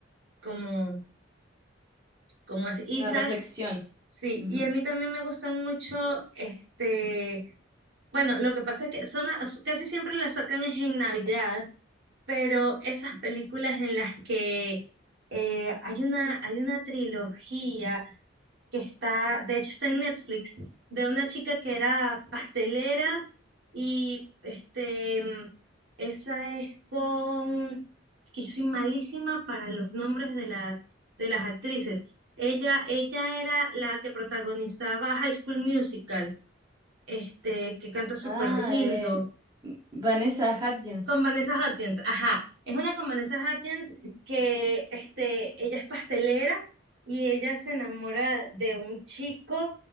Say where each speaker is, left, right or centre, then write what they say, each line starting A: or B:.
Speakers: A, on the right; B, on the right.
A: como, como así. Y
B: Una
A: sabes,
B: reflexión.
A: sí,
B: Ujú.
A: y a mí también me gustan mucho, este Bueno, lo que pasa es que son a- s- casi siempre las sacan es en Navidad, pero esas películas en las que eh, hay una, hay una trilogía que está, de hecho está en Netflix, de una chica que era pastelera y este, mm, esa es con, es que yo soy malísima para los nombres de las, de las actrices. Ella, ella era la que protagonizaba High School Musical, este, que canta súper
B: Ah,
A: lindo.
B: eh, Vanessa Hudgens.
A: Con Vanessa Hudgens, ajá. Es una con Vanessa Hudgens que este, ella es pastelera y ella se enamora de un chico,